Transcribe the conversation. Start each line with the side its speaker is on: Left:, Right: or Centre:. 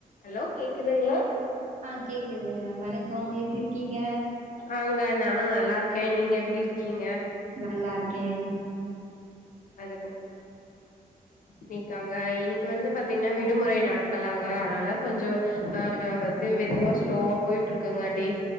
Left: Hello கேக்குதுங்ளா
Right: ஆஹ் கேக்குதுங்க வணக்கம் எப்டி இருக்கீங்க
Left: ஆங்க நானும் நல்லா இருக்கேன் நீங்க எப்டி இருக்கீங்க
Right: நல்லா இருக்கேன்
Left: அதுக்கு இன்னைக்காங்க இனி இன்னைக்கி வந்து பாத்தீங்கன்னா விடுமுறை நாட்களாங்க அதனால கொஞ்சம் அஹ் வந்து மெதுவா ஸ்லோவா போயிட்டுருக்குங்க டே